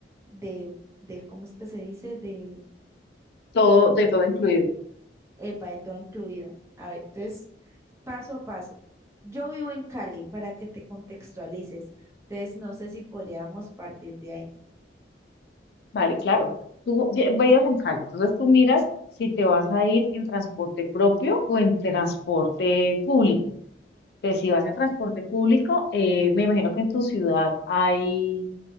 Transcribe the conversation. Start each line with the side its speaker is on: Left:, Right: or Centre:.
Right: de, de ¿cómo es que se dice? De,
Left: Todo, de todo incluido.
Right: epa, de todo incluido. A ver, entonces, paso a paso. Yo vivo en Cali, para que te contextualices. Entonces, no sé si podríamos partir de ahí.
Left: Vale, claro. Tú ve- veías en Cali, entonces tú miras si te vas a ir en transporte propio o en transporte público. Entonces, si vas en transporte público, eh, me imagino que en tu ciudad hay